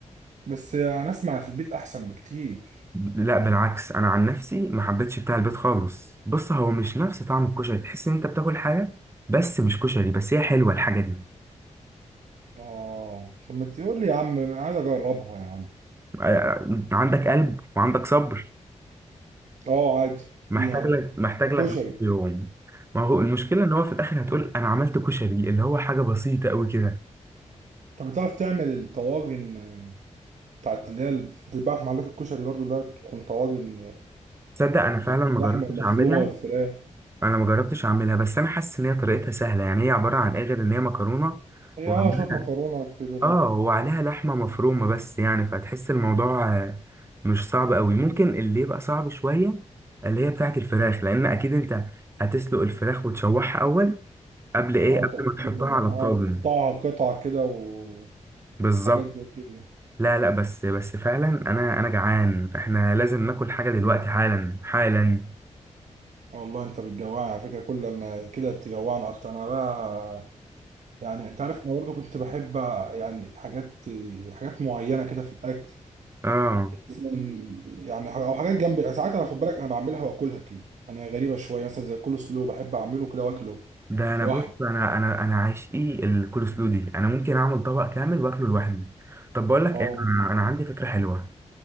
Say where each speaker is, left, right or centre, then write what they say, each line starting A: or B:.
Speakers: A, on the right; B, on the right.
A: بس انا اسمع في البيت احسن بكتير
B: لا بالعكس انا عن نفسي ما حبيتش بتاع البيت خالص بص هو مش نفس طعم الكشري تحس ان انت بتاكل حاجه بس مش كشري بس هي حلوه الحاجه دي
A: اه طب ما تقول لي يا عم انا عايز اجربها يا عم
B: آه، آه، عندك قلب وعندك صبر
A: اه عادي
B: محتاج
A: ايه يعني
B: لك محتاج
A: ده
B: لك
A: كشري
B: يوم ما هو المشكله ان هو في الاخر هتقول انا عملت كشري اللي هو حاجه بسيطه قوي كده
A: طب بتعرف تعمل الطواجن آه، بتاعت اللي هي اللي بتتباع في محلات الكشري برضو اللي هي تكون طواجن
B: تصدق
A: آه،
B: انا
A: باللحمه
B: فعلا ما جربتش
A: المفرومه
B: اعملها
A: والفراخ
B: انا ما جربتش اعملها بس انا حاسس ان هي طريقتها سهله يعني هي عباره عن ايه غير ان هي مكرونه
A: هي
B: وعليها
A: اه شويه مكرونه وكده طب
B: اه وعليها لحمه مفرومه بس يعني فتحس الموضوع آه، مش صعب قوي ممكن اللي يبقى صعب شويه اللي هي بتاعه الفراخ لان اكيد انت هتسلق الفراخ وتشوحها اول قبل ايه
A: اه
B: قبل
A: تقريبا
B: ما تحطها على
A: اه
B: الطاجن
A: وتقطعها قطع كده وحاجات
B: بالظبط
A: زي كده
B: لا لا بس بس فعلا انا انا جعان احنا لازم ناكل حاجه دلوقتي حالا حالا
A: والله انت بتجوعني على فكره كل ما كده تجوعني اكتر انا بقى يعني انت عارف انا برضه كنت بحب يعني حاجات حاجات معينه كده في الاكل
B: اه
A: مثلاً يعني او حاجات جنب ساعات انا خد بالك انا بعملها واكلها كده يعني هي غريبه شويه مثلا زي الكول سلو بحب اعمله كده واكله
B: ده انا
A: لوحده
B: بص انا انا انا عشقي الكول سلو دي انا ممكن اعمل طبق كامل واكله لوحدي طب بقول لك
A: اه
B: ايه انا
A: وال-
B: أنا عندي فكره حلوه